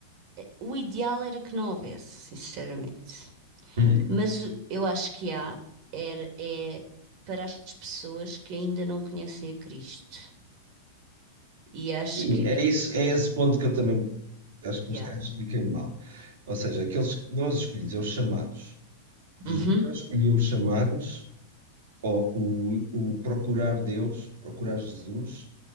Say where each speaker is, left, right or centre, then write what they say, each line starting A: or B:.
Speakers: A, on the right; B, on the right.
A: o ideal era que não houvesse, sinceramente.
B: Uhum.
A: Mas o- eu acho que há, era, é para as pessoas que ainda não conhecem a Cristo. E acho
B: E
A: que
B: é isso, é esse ponto que eu também acho
A: Yeah.
B: que os caras ficam mal. Ou seja, aqueles que nós escolhidos, é os chamados. Jesus
A: Uhum.
B: já escolheu os chamados Ó, o, o procurar Deus, procurar Jesus,